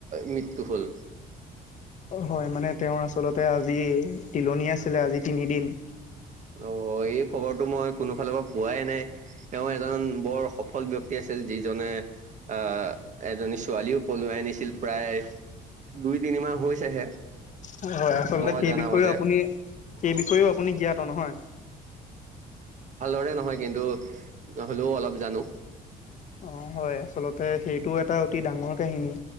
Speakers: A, on the right; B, on the left.
A: মৃত্য হল?
B: হয় মানে তেওঁৰ আচলতে আজি তিলনি আছিলে আজি তিনিদিন
A: অ এই খবৰটো মই কোনোফালৰ পৰা পোৱাই নাই তেওঁ এজন বৰ সফল ব্যক্তি আছিল যিজনে আহ এজনী ছোৱালীও পলুৱাই আনিছিল প্ৰায় দুই তিনিমাহ হৈছেহে
B: হয় হয় আচলতে
A: মই
B: সেই
A: জনামতে
B: বিষয়েও আপুনি সেই বিষয়েও আপুনি জ্ঞাত নহয়।
A: হয় নে নহয় কিন্তু হ'লেও অলপ জানো
B: অ হয় আচলতে সেইটো এটা অতি ডাঙৰ কাহিনী।